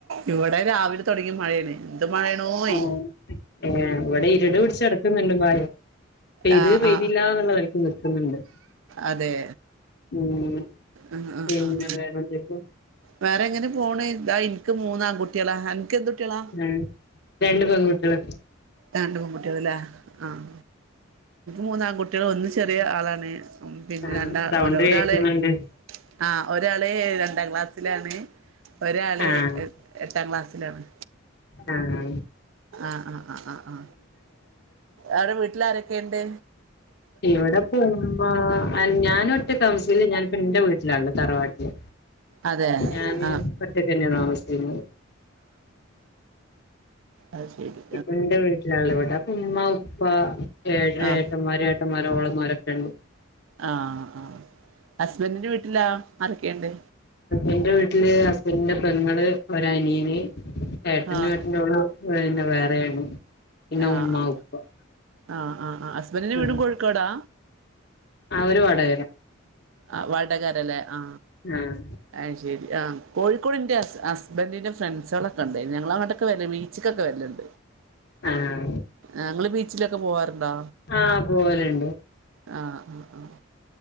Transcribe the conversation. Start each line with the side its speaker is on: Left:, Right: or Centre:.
Right: ഇവിടെ രാവിലെ തുടങ്ങി മഴയാണ് എന്ത് മഴയാണോയ്
Left: ആ ഏ ഇവിടെ ഇരുട് പിടിച്ചുകടക്കുണ്ട് ബൈ പൈത്
Right: ആ
Left: പൈതിലെന്നനിലക്ക്
Right: ആ
Left: നിക്കുന്നുണ്ട്.
Right: അതെ,
Left: ഉം
Right: ഉം ഉം
Left: പിന്നെ
Right: ഉം.
Left: വേറെന്തൊക്കെ
Right: വേറെ എങ്ങനെ പോണ്, ഇതാ ഇനിക്ക് മൂന്ന് ആൺ കുട്ട്യാള്ള.
Left: ആഹ് രണ്ട് പെൺകുട്ട്യാള്
Right: രണ്ട് പേകുട്ട്യാള്ല്ലേ ആ ഉം. മൂന്നാൺകകുട്ട്യാള് ഒന്ന് ചെറിയ ആളാണ് പിന്നെ
Left: ആഹ്
Right: രണ്ടാ,
Left: സൗണ്ട്
Right: ഒരാള്
Left: കേക്കുന്നുണ്ട്
Right: ആ ഒരാള് ഏ രണ്ടാക്ലാസ്സിലാണ്. ഒരാള്
Left: ആഹ്
Right: ഏട്ട് എട്ടാംക്ലാസ്സിലാണ്.
Left: ആഹ ആഹാ
Right: ആ ആ ആ, അവിടെ വീട്ടിലാരൊക്കെണ്ട്.
Left: ഇവിടെപ്പൊ ഉമ്മ അ ഞാന് ഒറ്റക്കാ താമസിക്കല് ഞാനിപ്പോ ഇന്റെ വീട്ടില്. ലാള്ള് തറവാട്ടില്
Right: അതെ
Left: ഞാന്
Right: ആ
Left: ഒറ്റക്കെന്നെ താമസിച്ചിനെ.
Right: ആയിശേരി.
Left: ഇപ്പോ ഇന്റെ വീട്ടിലല്ലേ അപ്പോ ഉമ്മ ഉപ്പ ഏ
Right: ആ ആ
Left: ഏട്ടന്മാരെ ഏ ഏട്ടന്മാര് ഓളുമ്മാരോക്കണ്ട്.
Right: ആഹ് ആ ഹസ്ബന്റിന്റെ വീട്ടിലോ ആരൊക്കെയിണ്ട്.
Left: എന്റെ വീട്ടില്, ഹസ്ബന്റിന്റെ പെങ്ങള് ഒരനിയന് ഏട്ടനും
Right: ആഹ്
Left: ഏട്ടന്റെ ഓളും. അവര് പിന്നെ വേറെയാണ് പിന്നെ
Right: ആഹ്
Left: ഉമ്മ, ഉപ്പ.
Right: ആഹ് ആഹ് ആഹ് ഹസ്ബന്റിന്റെ
Left: ആഹ്
Right: വീട്ടും കോഴിക്കോടാ.
Left: അവര് വടക്കര.
Right: ആഹ്, വടക്കാരല്ലേ ആ
Left: ആഹ്
Right: ആയിശേരി ആ കോഴിക്കോട്, ഇന്റെ ഹസ്ബന്റിന്റെ ഫ്രണ്ട്സ്ളൊക്കെണ്ടായിന്, ഞങ്ങള് അങ്ങോട്ടൊക്കെ വരയിന്, ബീച്ച്ക്കൊക്കെ വരാല്ണ്ട്.
Left: ആഹ്
Right: ആ ഇങ്ങള് ബീച്ചിലൊക്കെ പോവാറുണ്ടാ.
Left: ആഹ് പോവലുണ്ട്
Right: അഹ് അഹ് അഹ്